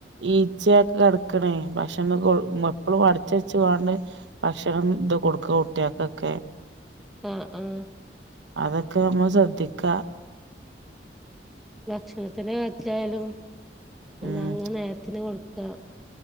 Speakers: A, on the right (about 85°); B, in the centre.
A: ഈച്ചയൊക്കെ കിടക്കണേ ഭക്ഷണം എപ്പഴും അടച്ച് വെച്ച്കാണ്ട് ഭക്ഷണം ഇത് കൊടുക്കുക കുട്ടിയക്കൊക്കെ
B: ആഹ് ആഹ്
A: അതൊക്കെ നമ്മ ശ്രദ്ധിക്ക
B: ഭക്ഷണത്തിന്റെ കര്യത്തിലായാലും
A: ഉം
B: അങ്ങ് നേരത്തിന് കൊടുക്കുക.